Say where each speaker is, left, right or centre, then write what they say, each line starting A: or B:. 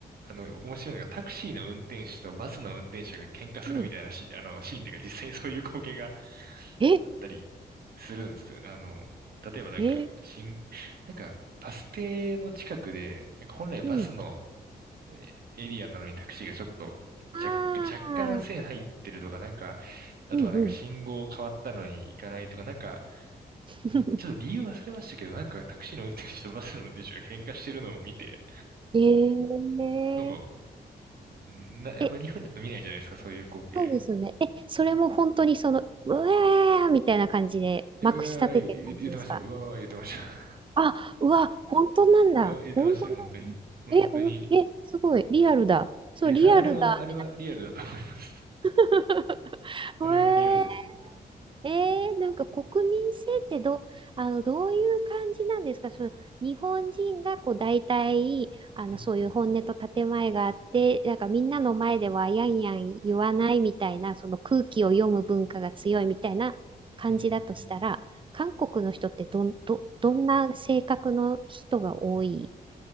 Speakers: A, on the right (about 65°); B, on the right (about 30°).
A: あの、面白いのが、タクシーの運転手とバスの運転手が喧嘩するみたいなし、
B: うん
A: あの、シーンっていうか、実際にそういう光景が
B: え、
A: あったりするんですよね。あの、例えばなんか、
B: え、
A: 新、なんか、バス停の近くで、なんか本来バスの
B: うん、
A: えエリアなのにタクシーがちょっと若、
B: ああ、
A: 若干線入ってるとか、なんか、あとはなんか信号変わったのに行かないとか、
B: うんうん。
A: なんか、
B: <laughs>
A: んちょっと理由忘れましたけど、なんかタクシーの運転手とバスの運転手が喧嘩してるのを見て、
B: ええ
A: なんか、んな、やっぱり日本だと見ないじゃないですか、
B: え、
A: そういう光景。
B: そうですね。え、それも本当にその、うわーみたいな感じで、
A: うわー、
B: まくし立ててる感じですか
A: 言う言ってましたよ。うわー、言ってました。<laughs>
B: あ、うわ、本当なんだ。
A: うわー、言ってましたね、
B: 本当なんだ。
A: 本当に。本当に。
B: え、お、え、すごい、リアルだ。そう、
A: え、
B: リアルだ。
A: あ、あれは、あれはリアルだと思います。
B: <laughs>
A: <laughs>
B: うえー
A: あれはリアルですね。
B: えー、なんか国民性ってど、あの、どういう感じなんですかその日本人がこう大体あのそういう本音と建前があってなんかみんなの前ではやんやん言わないみたいなその空気を読む文化が強いみたいな感じだとしたら韓国の人ってどん、
A: うんうんうんうんうん
B: ど、どんな性格の人が多い